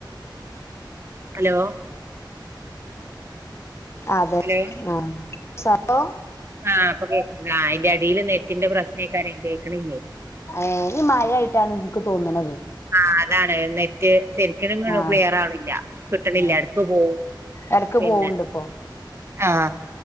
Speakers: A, on the right; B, on the left.
A: ഹലോ
B: അതെ
A: ഹലോ
B: ആഹ് സഹോ
A: ആഹ് ഇപ്പൊ കേക്ക്ണ്ട് അയ്ന്റെ അടില് നെറ്റിന്റെ പ്രശ്നേക്കാരേം കേക്കണില്ലേനി.
B: ഏഹ് ഈ മഴയിട്ടാണ് ഇൻക്ക് തോന്നണത്
A: ആഹ് അതാണ് നെറ്റ് ശെരിക്ക് ഇങ്ങട്ട്
B: ആഹ്
A: ക്ലിയറാവണില്ല കിട്ടണില്ല
B: ആഹ്
A: എടക്ക് പോവും
B: എടക്ക്
A: പിന്നെ
B: പോവ്ണ്ട് ഇപ്പൊ
A: ആഹ്